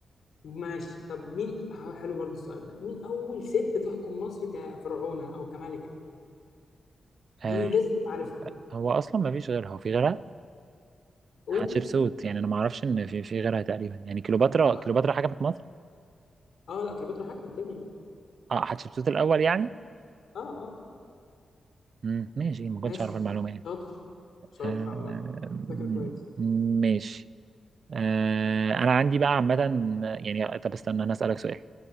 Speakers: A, on the left; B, on the right.
A: ماشي طب مين ح- حلو برضو السؤال ده مين أول ست تحكم مصر كفرعونة أو كملكة
B: آه،
A: دي لازم تبقى عارفها
B: هو اصلا ما فيش غيرها هو في غيرها
A: قول
B: حتشبسوت يعني انا ما اعرفش ان في في غيرها تقريبا يعني كليوباترا
A: صح
B: كليوباترا حاجه في مصر
A: أه لا كليوباترا حكمت يا ابني
B: اه حتشبسوت الاول يعني
A: أه أه
B: مم. ماشي ما كنتش
A: ماشي
B: اعرف المعلومه يعني
A: شاطر شاطر
B: آه
A: عامة ذاكر
B: م-
A: كويس
B: ماشي آه انا عندي بقى عامه يعني طب استنى انا اسالك سؤال